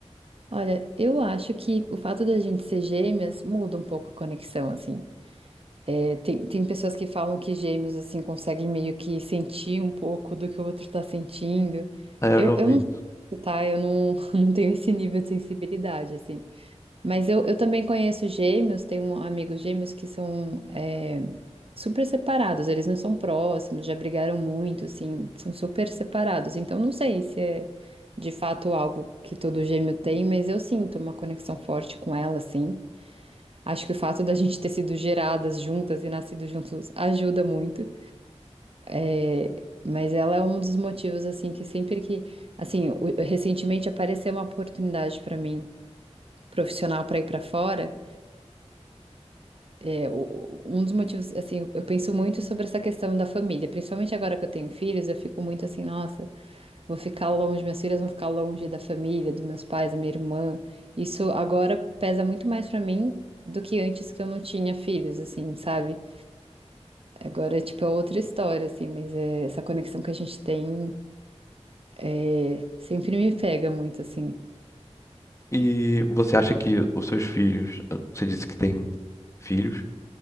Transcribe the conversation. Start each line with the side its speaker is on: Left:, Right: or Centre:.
Right: Olha, eu acho que o fato da gente ser gêmeas muda um pouco a conexão, assim. É, tem, tem pessoas que falam que gêmeos, assim, conseguem meio que sentir um pouco do que o outro tá sentindo.
Left: É,
Right: Eu,
Left: eu já ouvi.
Right: eu não, tá? Eu não, <laughs> não tenho esse nível de sensibilidade, assim. Mas eu, eu também conheço gêmeos, tenho um- amigos gêmeos que são é, super separados, eles não são próximos, já brigaram muito, assim, são super separados. Então não sei se é de fato algo que todo gêmeo tem, mas eu sinto uma conexão forte com ela, assim. Acho que o fato da gente ter sido geradas juntas e nascido juntos ajuda muito. É, Mas ela é um dos motivos, assim, que sempre que. Assim, o- recentemente apareceu uma oportunidade para mim, profissional, para ir para fora. É, o- um dos motivos, assim, eu eu penso muito sobre essa questão da família, principalmente agora que eu tenho filhos, eu fico muito assim, nossa, vou ficar longe, minhas filhas vão ficar longe da família, dos meus pais, da minha irmã. Isso agora pesa muito mais pra mim do que antes que eu não tinha filhos, assim, sabe? Agora, tipo, é outra história, assim, mas é, essa conexão que a gente tem é, sempre me pega muito, assim.
Left: E você acha que os seus filhos, você disse que tem filhos,